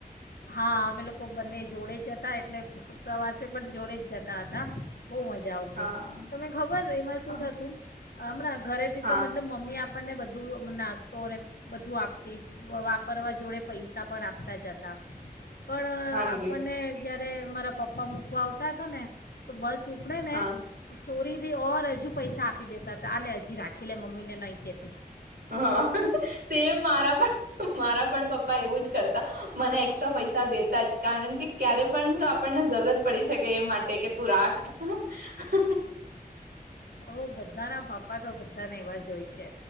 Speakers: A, on the left (about 80°); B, on the right (about 80°).
A: હા અમે લોકો બંને જોડે જ હતા એટલે પ્રવાસે પણ જોડે જ જતા હતા. બહુ મજા આવતી
B: હા
A: તને ખબર એમાં શું
B: હા
A: થતું. હમણા. ઘરેથી
B: હા
A: તો મતલબ મમ્મી આપ <unintelligible> આપણને બધું નાસ્તો અને બધું આપતી જ વાપરવા જોડે પૈસા પણ આપતા જ હતા. પણ
B: હાજી
A: આપણને. જય્યારે <unintelligible> મારા પપ્પા મૂકવા આવતા હતા ને તો બસ. કપડેને.
B: હા
A: ચોરીથી ઓર હજી પૈસા આપી દેતા હતા આલે હજી રાખી લે મમ્મીને નય કતી.
B: હા <unintelligible> સેમ મારા પણ <unintelligible> હમારા પણ પપ્પા એવું જ કરતા <unintelligible> મને અસ એક્સ્ટ્રા પૈસા દેતા જ, કારણ કે ક્યારે પણ આપણને જરૂરત પડી શકે એ માટે કે તું રાખ. <unintelligible>
A: ઓ બધાના પપ્પા તો બધાને એવા જો હોય છે.